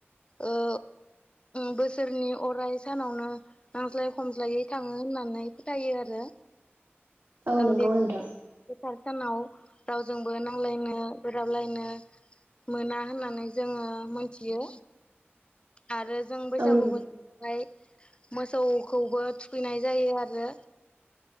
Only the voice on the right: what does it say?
औ
नंगौ।
नोंथां
औ नोंथां